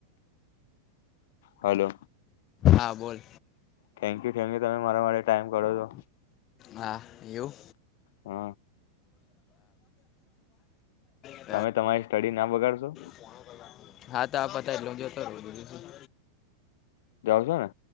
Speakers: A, on the left; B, on the left.
A: Hello.
B: હા બોલ.
A: થેન્ક યુ થેન્ક યુ તમે મારા માટે ટાઈમ કાઢો છો
B: હા એવું
A: હ.
B: બરાબર.
A: તમે તમારી સ્ટડી ના બગાડશો.
B: ક્યાં બગાડ હા તો આ પતાઈ દો પછી જતા રો બીજું તો શું
A: જાઓ છો ને